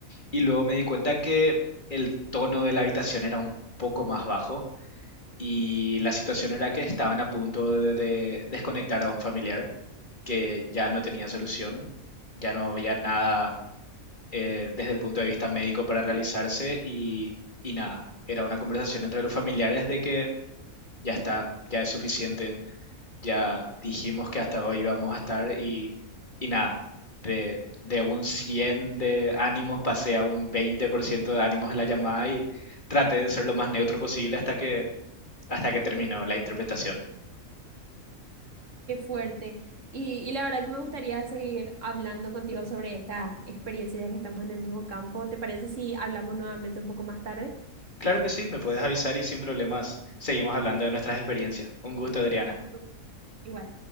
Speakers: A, on the left; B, on the right.
A: y luego me di cuenta que el tono de la habitación era un poco más bajo y la situación era que estaban a punto de, de desconectar a un familiar que ya no tenía solución, ya no había nada eh, desde el punto de vista médico para realizarse y, y nada, era una conversación entre los familiares de que ya está, ya es suficiente, ya dijimos que hasta hoy íbamos a estar y, y nada, de, de un 100 de ánimos pasé a un 20% de ánimos en la llamada y traté de ser lo más neutro posible hasta que hasta que terminó la interpretación.
B: Qué fuerte. Y, y la verdad que me gustaría seguir hablando contigo sobre esta experiencia ya que estamos en el mismo campo. ¿Te parece si hablamos nuevamente un poco más tarde?
A: Claro que sí, me puedes avisar y sin problemas seguimos hablando de nuestras experiencias. Un gusto, Adriana.
B: Súper. Igual.